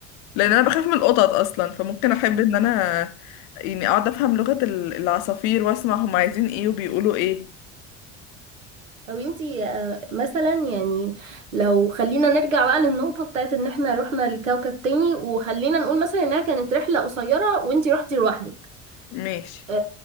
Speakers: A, on the left (about 55°); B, on the right (about 85°).
A: لان انا بخاف من القطط اصلا فممكن احب ان انا يعني اقعد افهم لغة ال- العصافير واسمع هم عايزين ايه وبيقولوا ايه
B: طب انتي آه، مثلا يعني لو خلينا نرجع بقى للنقطة بتاعت ان احنا رحنا لكوكب تاني وخلينا نقول مثلا انها كانت رحلة قصيرة وانتي رحتي لوحدك
A: ماشي
B: أه